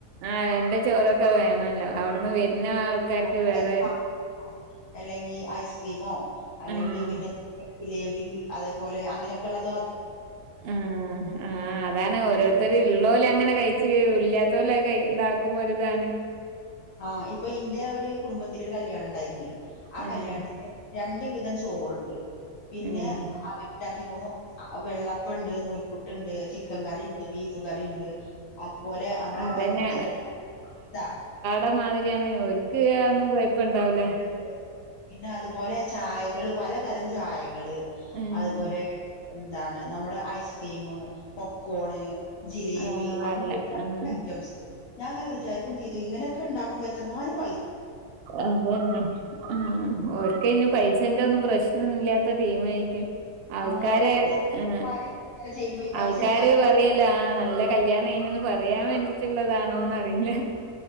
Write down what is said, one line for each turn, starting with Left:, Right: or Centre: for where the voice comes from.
Right: ആഹ രണ്ട ചോറൊക്കെ വേണല്ലോ അവിടുന്ന് വരുന്ന ആൾക്കാർക്ക്
Left: ഇങ്ങനെ
Right: വേറെ
Left: ആണോ? അല്ലെങ്കിൽ ഐസ്ക്രീമോ അല്ലെങ്കിൽ
Right: ആഹ്
Left: പിന്നെ ജിലേബി അതേപോലെ അങ്ങനെയൊക്കെയുള്ളള്ള
Right: ഉം ആ അതാണ് ഓരോരുത്തർ ഉള്ളല അങ്ങനെ കഴിച്ച ഇല്ലാത്തല ക ഇതാക്കുമ്പോരി ഇതാണ്
Left: ആഹ ഇപ്പൊ ഇന്റെ ഒരു കുടുംബത്തി ഒരു കല്യാണം ഉണ്ടായിരുന്നേ ആ
Right: ഉം
Left: കല്യാണത്തിന് രണ്ട് വിധം ചോറുണ്ട് പിന്നെ
Right: ഉം
Left: അവര് ഉണ്ടാക്കിിക്കണ വെള്ളപ്പ ഉണ്ട് നൂൽപുട്ട ഉണ്ട് ചിക്കൻ കറി ഉണ്ട് ബീഫ് കറി ഉണ്ട് അതുപോലെ നമ്മടെ
Right: അതന്നെ
Left: മല്ല
Right: എ മാതിരിയാണ് ഒക്ക് ഒന്നും കൊഴപ്പം ഇണ്ടാവലേ
Left: ഉണ്ട്. പിന്നെ അതുപോലെ ചായകള് പലതരം ചായകള്
Right: ഉം
Left: അതുപോലെ എന്താണ് നമ്മള് ഐസ്ക്രീം പോകോണ് ജിലേബി
Right: അതല്ല
Left: അങ്ങനെൊ ഒരു പല
Right: ഉം
Left: ഐറ്റംസ് ഞാൻ അങ്ങനെ വിചാരിക്കം ചെയ്തു ഇങ്ങനെയൊക്കെ ഉണ്ടാക്കുമ്പോ എത്രനാലും
Right: അതന്നെ ആ ഓക്ക ഇനി പൈസന്റെ ഒന്നും പ്രശ്നല്ലാത്ത ഇ ടീം ആയിരിക്കും ആൾക്കാര്
Left: ആ പൈസ
Right: ഏ
Left: കാര്യങ്ങളൊക്കെ ചെയ്യുമ്പോ ഈ പൈസ
Right: ആൾക്കാര്
Left: ഇല്ലാതെ
Right: പറയല്ല നല്ല കല്യാണം ഇനൊന്ന് പറയാൻ വേണ്ടി മറ്റുള്ളതാണോന്നറിയില്ല